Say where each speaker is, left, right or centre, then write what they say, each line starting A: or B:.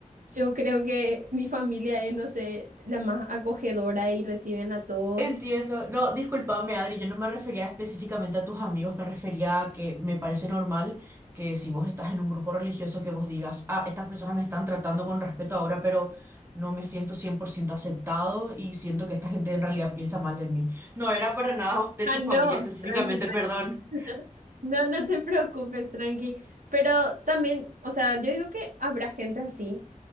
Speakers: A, on the right; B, on the right.
A: Yo creo que mi familia es, no sé, la más acogedora y reciben a todos.
B: Entiendo. No, discúlpame, Adri, yo no me refería específicamente a tus amigos, me refería a que me parece normal que si vos estás en un grupo religioso que vos digas, ah, estas personas me están tratando con respeto ahora, pero no me siento 100% aceptado y siento que esta gente en realidad piensa mal de mí. No era para nada de
A: Ah,
B: tu
A: no,
B: familia específicamente,
A: tranqui,
B: perdón.
A: <laughs> No, no te preocupes, tranqui. Pero también, o sea, yo digo que habrá gente así,